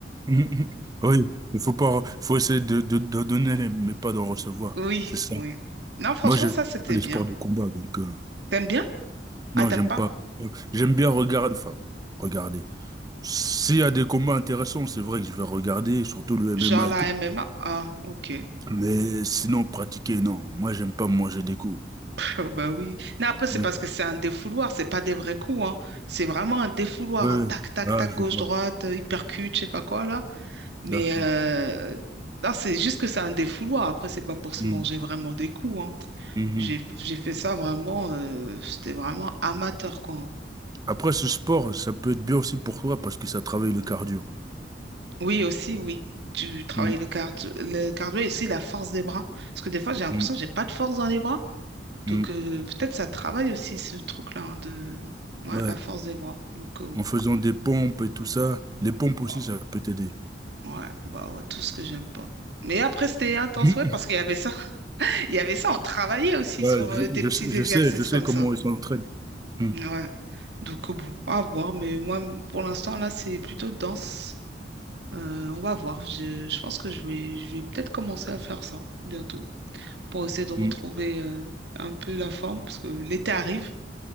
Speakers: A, on the right; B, on the right.
A: Hmm, hmm. Oui, il faut pas, faut essayer de, de, de donner, les- mais pas d'en recevoir.
B: Oui,
A: C'est ça.
B: oui. Non, franchement,
A: Moi, j'aime
B: ça, c'était
A: les
B: bien.
A: sports de combat, donc euh,
B: T'aimes bien?
A: non,
B: Ah, t'aimes
A: j'aime
B: pas?
A: pas. J'aime bien regarder, enfin, regarder. S'il y a des combats intéressants, c'est vrai que je vais regarder, surtout le MMA
B: Genre la
A: et tout.
B: MMA? Ah, ok.
A: Mais sinon, pratiquer, non. Moi, j'aime pas manger des coups.
B: <laughs> Oh, bah oui. Non, après, c'est
A: Ouais,
B: parce que c'est un défouloir, c'est pas des vrais coups, hein. C'est vraiment un défouloir,
A: ouais.
B: un tac, tac,
A: ah,
B: tac,
A: je
B: gauche-droite,
A: vois.
B: hypercute, je sais pas quoi, là. Mais
A: D'accord.
B: euh, non, c'est juste que c'est un défouloir. Après, c'est pas pour se
A: Mm.
B: manger vraiment des coups, hein.
A: Mhm.
B: J'ai, j'ai fait ça vraiment, euh, c'était vraiment amateur, quoi.
A: Après, ce sport, ça peut être bien aussi pour toi parce que ça travaille le cardio.
B: Oui, aussi, oui. Tu travailles
A: Mm,
B: le cardio, le cardio et aussi la force des bras. Parce que des fois, j'ai l'impression
A: mm,
B: que j'ai pas de force dans les bras. Donc,
A: mm.
B: euh, peut-être ça travaille aussi ce truc-là hein, de ouais,
A: Ouais,
B: la force des bras. Donc, euh,
A: en faisant des pompes et tout ça, les pompes aussi,
B: oh,
A: ça peut t'aider.
B: ouais, bah ouais, tout ce que j'aime pas. Mais après, c'était intense,
A: <laughs>
B: ouais, parce qu'il y avait ça. <laughs> Il y avait ça, on travaillait aussi
A: Ouais,
B: sur euh,
A: je,
B: des petits
A: je sais, je
B: exercices
A: sais je sais
B: comme
A: comment
B: ça.
A: ils s'entraînent. mm,
B: Ouais. Donc, euh, bon, à voir. Mais moi, m- pour l'instant, là, c'est plutôt danse. Euh, on va voir. Je, je pense que je vais, je vais peut-être commencer à faire ça bientôt. pour essayer de retrouver
A: mm.
B: euh, un peu la forme, parce que l'été arrive